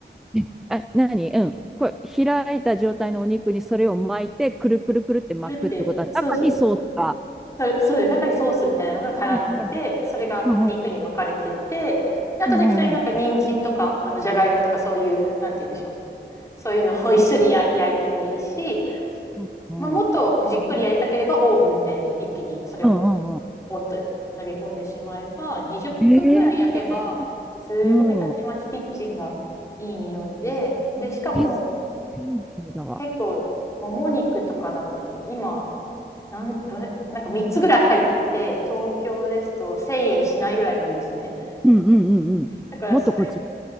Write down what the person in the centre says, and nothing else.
えあ、何うん。これ、開いた状態のお肉にそれを巻いて、くるくるくるって巻くってことは、
中にソースが。
はいはい
うんうん
うん
うんうん
うんうん
ええうん。え、天気だわ。
うんうんうんうんもっとこっち。